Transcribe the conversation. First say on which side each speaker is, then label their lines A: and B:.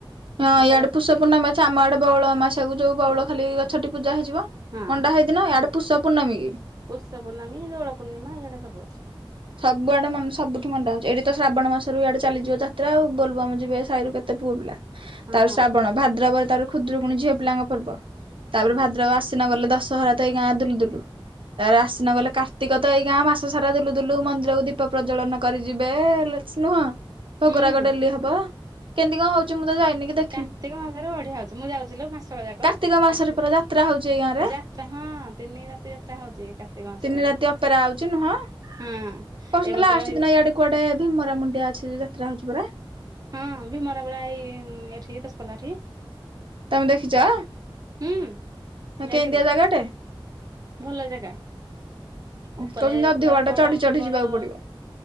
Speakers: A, on the right; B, on the right.
A: ହଁ,
B: ଏମିତି
A: ଏଇଆଡେ
B: କରିବାକୁ
A: ପୁଷପୂର୍ଣ୍ଣମା
B: ପଡିବ।
A: ଅଛି। ଆମ ଆଡେ ବଉଳ ଅମାବାସ୍ୟାକୁ ଯୋଉ ବଉଳ
B: ବ
A: ଖାଲି ଏ ଛଟି ପୂଜା ହେଇଯିବ
B: ହଁ
A: ମଣ୍ଡା ହେଇ ଦିନ। ଇଆଡେ ପୁଷ ପୂର୍ଣ୍ଣମୀ କି?
B: ପୁଷପୂର୍ଣ୍ଣମୀ, ଦୋଳ ପୂର୍ଣ୍ଣିମା ଏଇଆଡା ସବୁ ଅଛି।
A: ସବୁଆଡେ ମା ସବୁଠୁ ମଣ୍ଡା ହଉଛି। ଏଇଠି ତ ଶ୍ରାବଣ ମାସରୁ ଇଆଡେ ଚାଲିଯିବ ଯାତ୍ରା ଆଉ ବୋଲଵମ୍ ଯିବେ ସାହିରୁ କେତେ ପୁଅ ପିଲା।
B: ହଁ
A: ତାପରେ ଶ୍ରାବଣ, ଭାଦ୍ରବ ତାପରେ ଖୁଦୁକୁୁଣୀ ଝିଅ ପିଲାଙ୍କ ପର୍ବ। ତାପରେ
B: ହୁଁ
A: ଭଦ୍ରକ ଆଶ୍ୱିନ ଗଲେ ଦଶହରା ତ ଏଇ ଗାଁ ଦୁଲୁ ଦୁଲୁ। ତାପରେ ଆଶ୍ୱିନ ଗଲେ କାର୍ତ୍ତିକ ତ ଏଇ ଗାଁ ମାସ ସାରା ଦୁଲୁ ଦୁଲୁ, ମନ୍ଦିରକୁ ଦୀପ ପ୍ରଜ୍ଵଳନ କରିଯିବେ, ନୁହଁ? ଭୋଗରାଗ
B: ହୁଁ।
A: ଡେଲି ହବ। କେମତି କଣ ହଉଚି, ମୁଁ ତ ଯାଇନି କି ଦେଖ
B: କାର୍ତ୍ତିକ ମାସରେ ବଢିଆ ହଉଛି। ମୁଁ ଯାଉଚିଲୋ ମାସକ ଯାକ।
A: କାର୍ତ୍ତିକ ମାସରେ
B: କାର୍ତିକ
A: ପୁରା ଯାତ୍ରା ହଉଛି ଏଇ ଗାଁରେ
B: ଯା ଯାତ୍ରା ହଁ, ତିନି ରାତି ଯାତ୍ରା ହଉଛି କାର୍ତ୍ତିକ ମାସରେ।
A: ତିନି ରାତି ଅପେରା ହଉଛି ନୁହଁ।
B: ହଁ।
A: କହୁଛନ୍ତି
B: ଏ ବର୍ଷ
A: ଲାଷ୍ଟ
B: ରହିବୁ
A: ଦିନ ଇଆଡେ କୁଆଡେ ଭୀମରା ମୁଣ୍ଡିଆ ଅଛି ଯାତ୍ରା ହଉଛି ପରା?
B: ହଁ ଭିମରା ପରା ଏଇ ଏଠି ଦଶ ପଲ୍ଲାଠି।
A: ତମେ ଦେଖିଚ,
B: ହୁଁ
A: ହେ
B: ଯାଇଥିଲୁ।
A: କେଁତିଆ ଜାଗା ଟେ?
B: ଭଲ ଜାଗା। ଉପରେ
A: କହୁଛନ୍ତି ଅଧିକ
B: ପୁରା
A: ବାଟ
B: ବଡ
A: ଚଢି ଚଢି
B: ବଡ଼
A: ଯିବାକୁ ପଡିବ